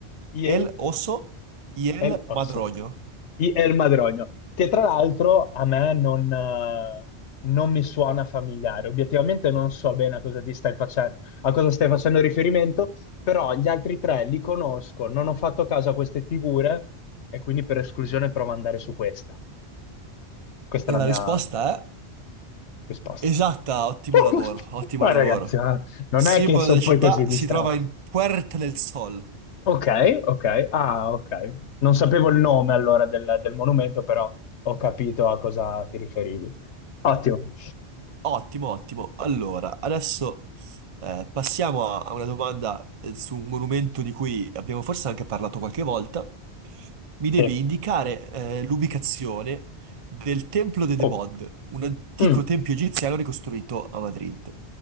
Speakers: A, on the left; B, on the right.
A: Il
B: El oso y el
A: è l'osso.
B: madroño.
A: I- È il Madrogno, che tra l'altro a me non, eh, non mi suona familiare. Obiettivamente non so bene a cosa ti stai facendo, a cosa stai facendo riferimento, però gli altri tre li conosco, non ho fatto caso a queste figure e quindi per esclusione provo ad andare su questa. Questa
B: E
A: è la
B: la
A: mia
B: risposta è
A: risposta.
B: esatta, ottimo
A: <laughs>
B: lavoro, ottimo
A: Ma
B: lavoro.
A: ragazzi, ma non
B: Simbolo
A: è che sono
B: della città
A: poi così distratto.
B: si trova in Puerta del Sol.
A: Ok, ok. Ah, ok. Non sapevo il nome allora del, del monumento, però ho capito a cosa ti riferivi. Ottimo.
B: Ottimo, ottimo. Allora, adesso eh, passiamo a, a una domanda eh, su un monumento di cui abbiamo forse anche parlato qualche volta. Mi devi
A: Sì.
B: indicare eh, l'ubicazione del Templo de Debod,
A: Oh.
B: un antico
A: Mm.
B: tempio egiziano ricostruito a Madrid.